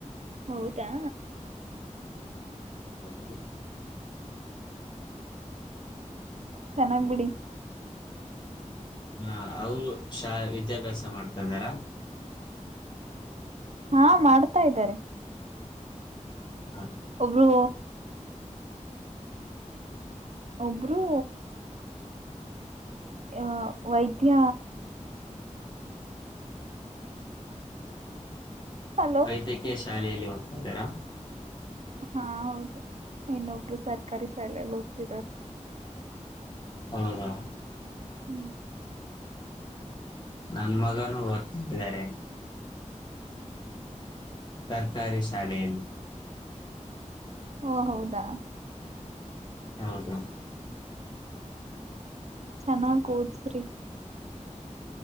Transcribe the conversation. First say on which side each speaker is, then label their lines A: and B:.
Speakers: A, on the right (about 60°); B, on the left (about 35°).
A: ಹೌದಾ
B: <inaudible>
A: ಚೆನ್ನಾಗ್ ಬಿಡಿ
B: ಹಾ ಅವರು ಶಾ ವಿದ್ಯಾಭ್ಯಾಸ ಮಾಡ್ತಾಯಿದಾರ
A: ಹಾ ಮಾಡ್ತಾ ಇದ್ದಾರೆ
B: ಹ್ಮ
A: ಒಬ್ರು ಒಬ್ಬ್ರು ಅ ವೈದ್ಯ ಹಲೋ
B: ವೈದ್ಯಕಿಯ ಶಾಲೆಯಲ್ಲಿ ಹ ದರಾ
A: ಹಾ ಹೌದು ಇನ್ನೊಬ್ರು ಸರ್ ಕರಿಸಲೆ ಎಲ್ಲ ಹೋಗ್ತಿದ್ದಾರೆ
B: ಹೌ ಹಾ
A: ಹ್ಮ ಹ್ಮ್
B: ನನ್ ಮಗನುೂ ಓದ್ತಾ ಇದಿದ್ದಾರೆ ಸರ್ಕಾರಿ ಶಾಲೆಯಲ್ಲಿ
A: ಓ ಹೌದಾ
B: ಹೌದು
A: ಚೆನ್ನಾಗ್ ಓದ್ ಸ್ರಿ